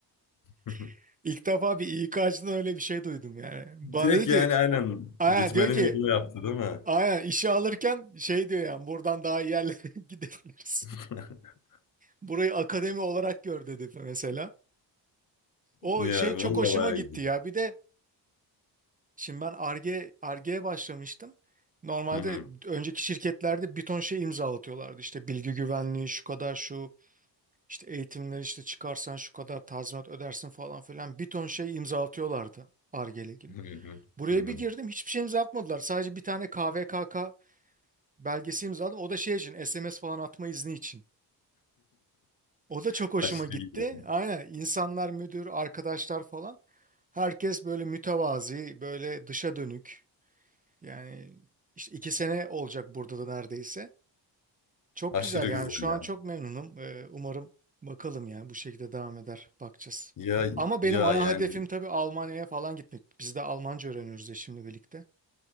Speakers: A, on the left (about 50°); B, on the right (about 20°).
A: <laughs>
B: <laughs> İlk defa bir İK'cıdan öyle bir şey duydum yani. Bana
A: Direkt
B: dedi ki
A: yani aynen
B: aya
A: gitmenin
B: diyor ki
A: yolunu yaptı değil mi?
B: aya işe alırken şey diyor yani buradan daha iyi yerlere <laughs> gidebilirsin.
A: <laughs>
B: Burayı akademi olarak gör dedi mesela. O
A: Ya
B: şey çok
A: vallahi
B: hoşuma
A: bayağı
B: gitti
A: güzel.
B: ya. Bir de şimdi ben Ar-Ge, Ar-Ge'ye başlamıştım. Normalde
A: Hı hı.
B: önceki şirketlerde bir ton şey imzalatıyorlardı. İşte bilgi güvenliği şu kadar şu İşte eğitimleri işte çıkarsan şu kadar tazminat ödersin falan filan bir ton şey imzalatıyorlardı Ar-Ge ile ilgili.
A: Hı hı.
B: Buraya
A: Hı hı.
B: bir girdim hiçbir şey imzalatmadılar. Sadece bir tane KVKK belgesi imzaladım. O da şey için SMS falan atma izni için. O da
A: <laughs>
B: çok hoşuma
A: Aşırı
B: gitti.
A: iyi. ya.
B: Aynen insanlar müdür, arkadaşlar falan. Herkes böyle mütevazi, böyle dışa dönük. Yani işte iki sene olacak burada da neredeyse. Çok
A: Aşırı
B: güzel yani
A: güzel
B: şu an
A: ya.
B: çok memnunum. Ee, umarım bakalım yani bu şekilde devam eder. Bakacağız.
A: Ya
B: Ama benim
A: ya
B: ana
A: yani
B: hedefim tabii Almanya'ya falan gitmek. Biz de Almanca öğreniyoruz ya şimdi birlikte.